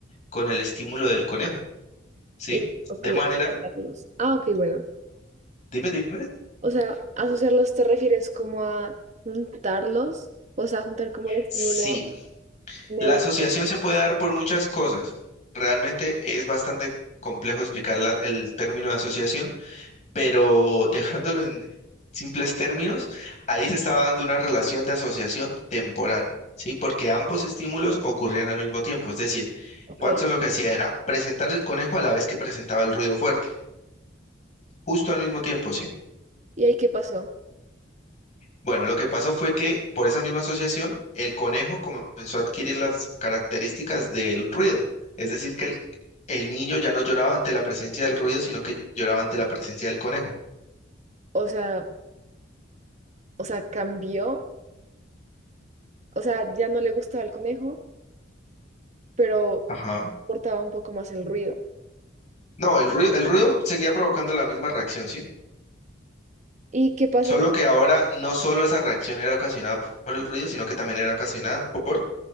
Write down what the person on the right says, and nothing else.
Y, ok,
asociarlos. Ah, ok, bueno.
O sea, asociarlos te refieres como a juntarlos, o sea, juntar como el estímulo
neutro.
Ok,
¿y ahí qué pasó?
O sea, o sea, cambió, o sea, ya no le gustaba el conejo, pero
portaba un poco más el ruido.
¿Y qué pasa?
si-